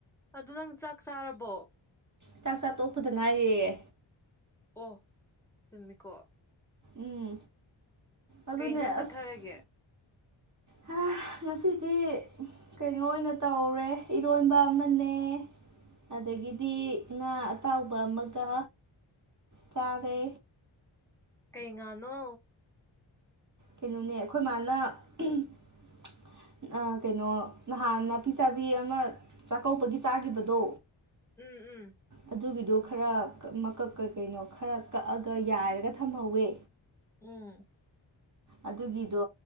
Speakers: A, in the centre; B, on the right (about 35°).
A: ꯑꯗꯨ ꯅꯪ ꯆꯥꯛ ꯆꯥꯔꯕꯣ
B: ꯆꯥꯛ ꯆꯥ ꯇꯣꯛꯄꯗ ꯅꯥꯏꯔꯤꯌꯦ
A: ꯑꯣꯍ ꯆꯨꯝꯃꯤꯀꯣ
B: ꯎꯝ ꯑꯗꯨꯅꯦ
A: ꯀꯩ ꯌꯦꯟꯖꯥꯡ ꯆꯥꯊꯔꯒꯦ
B: ꯑꯁ ꯍꯦꯑ ꯉꯁꯤꯗꯤ ꯀꯩꯅꯣ ꯑꯣꯏꯅ ꯇꯧꯔꯦ ꯏꯔꯣꯟꯕ ꯑꯃꯅꯦ ꯑꯗꯒꯤꯗꯤ ꯉꯥ ꯑꯇꯥꯎꯕ ꯑꯃꯒ ꯆꯥꯔꯦ
A: ꯀꯩ ꯉꯥꯅꯣ
B: ꯀꯩꯅꯣꯅꯦ ꯑꯩꯈꯣꯏ ꯃꯥꯅ ꯎꯨꯝꯍ ꯑꯥ ꯀꯩꯅꯣ ꯅꯍꯥꯟ ꯅꯥꯄꯤꯆꯥꯕꯤ ꯑꯃ ꯆꯥꯛꯀꯧꯕꯒꯤ ꯆꯥꯈꯤꯕꯗꯣ
A: ꯎꯝ ꯎꯝ
B: ꯑꯗꯨꯒꯤꯗꯣ ꯈꯔ ꯀ ꯃꯀꯛ ꯀ ꯀꯩꯅꯣ ꯈꯔ ꯀꯛꯑꯒ ꯌꯥꯏꯔꯒ ꯊꯝꯍꯧꯋꯦ
A: ꯎꯝ
B: ꯑꯗꯨꯒꯤꯗꯣ